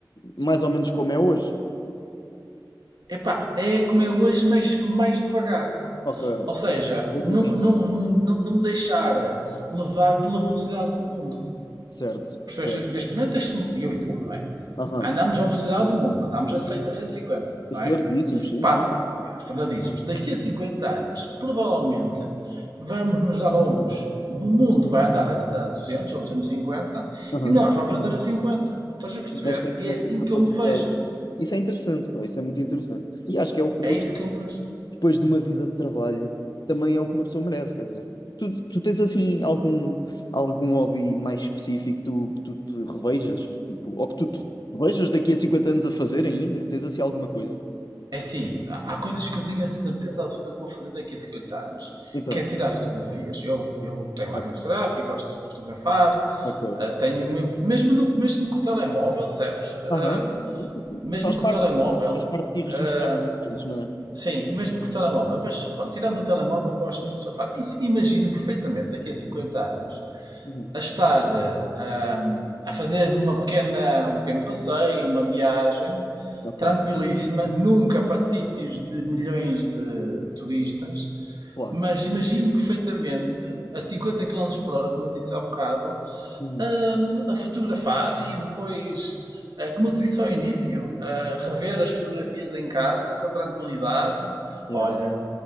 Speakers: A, on the left; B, on the right.
A: mais ou menos como é hoje.
B: Epá, é como é hoje, mas mais devagar.
A: Ok.
B: Ou seja,
A: É Outro
B: não,
A: ritmo.
B: não, não, não, não me deixar levar pela velocidade do mundo.
A: Certo,
B: Percebes?
A: certo.
B: Neste momento, este- eu e tu, não é?
A: Aham.
B: Andamos à velocidade do mundo, andamos a 100, a 150,
A: Aceleradíssimo,
B: não é?
A: sim,
B: Pá,
A: sim.
B: são Daqui a 50 anos, provavelmente, vamos nos dar ao luxo. O mundo vai andar a, a 200 ou 250 e cinquenta
A: Aham.
B: e nós vamos andar a 50. Estás a perceber?
A: Nós temos
B: E
A: essa
B: é assim
A: capacidade.
B: que eu me vejo.
A: Isso é interessante, pá. Isso é muito interessante. E acho que é o que
B: É
A: uma
B: isso que eu me vejo.
A: depois de uma vida de trabalho, também é o que uma pessoa merece, quer dizer. Tu, tu tens assim algum, algum hobby mais específico que tu, tu te revejas? Tipo, ou que tu te revejas daqui a 50 anos a fazer ainda? Tens assim alguma coisa?
B: É assim, há coisas que eu tenho a certeza absoluta que vou fazer daqui a 50 anos,
A: Então,
B: que é tirar fotografias. Eu, eu tenho máquina
A: ah,
B: fotográfica, e gosto de fotografar,
A: ok.
B: ah, tenho mesmo, mesmo, no- mesmo com o telemóvel, sabes? Ah,
A: Aham, sim, sim, sim.
B: mesmo
A: Faz
B: com
A: parte,
B: o telemóvel,
A: faz parte de ti registar
B: Uh,
A: os eventos, não é?
B: Sim, o mesmo que o telemóvel, mas pronto, tirando o telemóvel, eu gosto muito de surfar. E se- imagino perfeitamente daqui a 50 anos
A: Uhum,
B: a estar ah, a fazer uma pequena, um pequeno passeio, uma viagem
A: ok,
B: tranquilíssima, nunca para sítios de milhões de turistas,
A: claro.
B: mas imagino perfeitamente a 50 km por hora, como eu disse há bocado,
A: Uhum.
B: hum, a fotografar e depois, eh, como eu te disse ao início, eh, rever as fotografias em casa com tranquilidade.
A: Yeah,
B: Olha,
A: yeah.